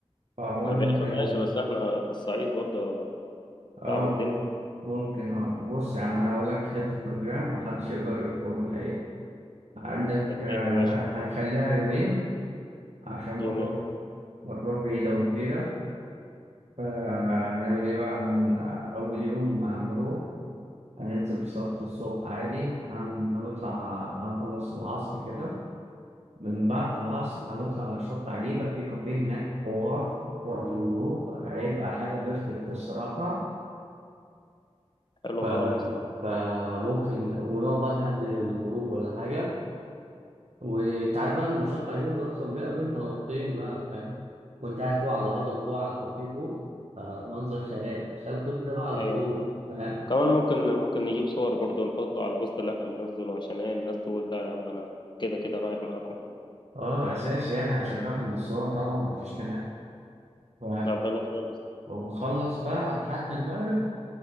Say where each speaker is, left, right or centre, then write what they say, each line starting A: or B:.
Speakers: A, on the right; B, on the left.
A: فعموما
B: طب
A: ممكن
B: يا أخي ماشي بس إحنا في الصعيد برضه
A: اه
B: صعب الدنيا
A: ممكن ممكن اه بص يا عم انا هقول لك حتة بروجرام محدش يقدر يرفضه الحقيقة عندك
B: الدنيا
A: آه
B: يا باشا
A: هنخليها يومين عشان ما
B: يومين
A: تروح ما تروح بعيدة وكبيرة فهنعمل ايه بقى هن... آه، أول يوم هنروح هننزل صلاة الصبح عادي هن- هنطلع هنخلص العصر كده من بعد العصر هنطلع على شط عجيبة في كافيه هناك حوار وقت الغروب هيبقى حاجة بيرفكت الصراحة
B: حلو
A: ف...
B: خالص
A: فممكن ونقعد بقى لحد الغروب ولا حاجة وأنت عارف بقى إن شط عجيبة ده أصلا بيبقى بين هضبتين بقى فاهم وأنت قاعد فوق على هضبة فوق على كافيه فوق منظر خيال تخيل كل ده بقى على
B: أيوة
A: الغروب فاهم؟
B: كمان ممكن ممكن نجيب صور برضو نحطه على البوست اللي احنا هننزله عشان ايه الناس تقول لا يا عم انا كده كده رايح معاكم يعني
A: اه اساسي يعني هنشجعهم بالصور طبعا مفيش كلام ف...
B: طب حلو خالص
A: وبخلص بقى لحد المغرب